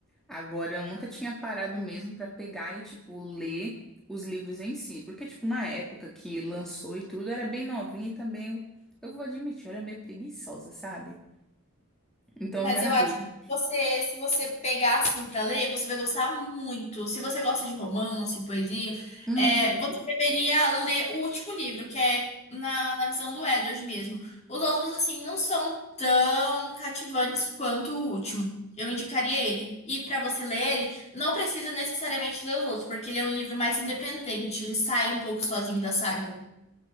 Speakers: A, in the centre; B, on the left (about 30°).
A: Agora, eu nunca tinha parado mesmo pra pegar e, tipo, ler os livros em si. Porque, tipo, na época que lançou e tudo, eu era bem novinha e também, eu, eu vou admitir, eu era meio preguiçosa, sabe? Então,
B: Mas
A: já
B: eu acho
A: li.
B: que você, se você pegar assim pra ler, você vai gostar muito. Se você gosta de romance, poesia,
A: Hum,
B: é, você deveria ler o último livro, que é na, na visão do Edward mesmo. Os outros, assim, não são tão cativantes quanto o último. Eu indicaria ele. E pra você ler ele, não precisa necessariamente ler os outros, porque ele é um livro mais independente. Ele sai um pouco sozinho da saga.